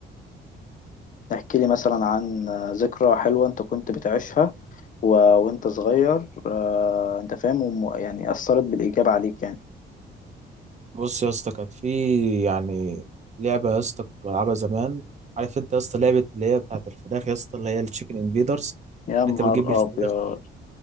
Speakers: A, on the left; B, on the right.
A: احكي لي مثلا عن آه، ذكرى حلوة انت كنت بتعيشها و... وانت صغير آه، انت فاهم وم... يعني اثرت بالايجاب عليك يعني
B: بص يا اسطى كانت في يعني لعبه يا اسطى كنت بلعبها زمان عارف انت يا اسطى لعبه اللي هي بتاعت الفراخ يا اسطى اللي هي التشيكن انفيدرز
A: يا نهار
B: ان انت بتجيب الفراخ
A: ابيض